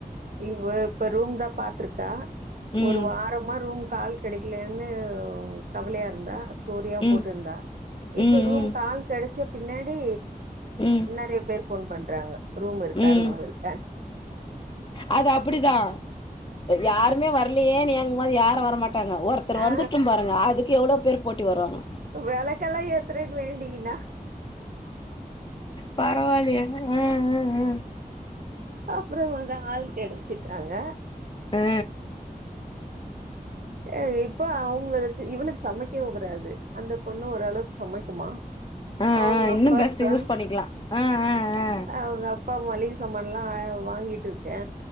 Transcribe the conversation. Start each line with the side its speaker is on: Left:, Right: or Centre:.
Right: இ இப்ப ரூம் தா பாத்துருக்கா
Left: ம்
Right: ஒரு வாரமா ரூம் கால் கெடைக்கலன்னு கவலையா இருந்தா ஸ்டோரியா
Left: ம்
Right: போட்டுருந்தா இப்ப
Left: ம்
Right: ரூம்க் ஆள் கெடைச்ச பின்னாடி
Left: ம் ம்
Right: கெ நெறைய பேர் போன் பண்றாங்க ரூம் இருக்கா
Left: ம்
Right: ரூம் இருக்
Left: அது அப்டிதா யாருமே வரலையே ருக்குமொது யாரு வர மாட்டாங்க ஒருத்தர்
Right: ஆ
Left: வந்துட்டும் பாருங்க அதுக்கு எவ்ளோ பேர் போட்டி வருவாங்க
Right: வெளக்கெல்லா ஏத்துறன்னு வேண்டீங்கன்னா
Left: பரவாலயே ஹா ஹா ஹான்
Right: அப்புறோமாத ஆள் கெடச்சட்டாங்க
Left: ஆ
Right: ஆ இப்ப அவுங்களுக்கு இவனுக்கு சமைக்கவு வராது அந்த பொண்ணு ஓரளவுக்கு சமைக்குமா
Left: ஆ
Right: அவுங்க
Left: ஆ இன்னு
Right: அப்பா
Left: பெஸ்ட்
Right: சா
Left: யூஸ் பண்ணிக்கலா ஆ ஆ ஆ
Right: அவுங்க அப்பா மளிகை சாமான் லா வாங்கிட்டு இருக்கே